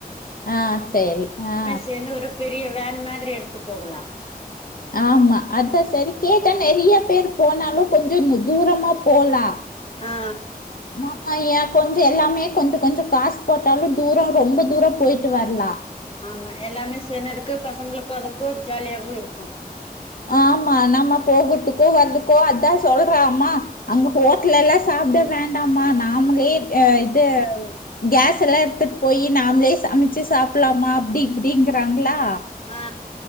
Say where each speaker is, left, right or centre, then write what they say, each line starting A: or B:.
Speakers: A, on the left (about 65°); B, on the left (about 40°).
A: ஆ செரி ஆ
B: சேந்து ஒரு பெரிய வேன் மாதிரி எடுத்து போகலா
A: ஆமா அத செரி கேட்டே நெறைய பேர் போனாலு கொஞ்சோ தூரமா போலா
B: ஆ
A: மா ஆ ஏ கொஞ்சோ எல்லாமே கொஞ்ச கொஞ்சோ காசு போட்டாலு தூரோ ரொம்ப தூரோ போயிட்டு வரலா
B: ஆமா எல்லாமே சேனதுக்கு பசங்களுக்கு அதுக்கு ஜாலியாவு இருக்கு
A: ஆமா நம்ம போகறதுக்கோ வரதுக்கோ அதா சொல்றமா அங்க ஹோட்டல் எல்லா சாப்ட வேண்டாமா நாம்ளே அய் வந்து கேஸ் எல்லா எடுத்துட்டு போய் நாம் ளே சமைச்சு சாப்லாமா அப்டி ங்கிறாங்களா
B: ஆ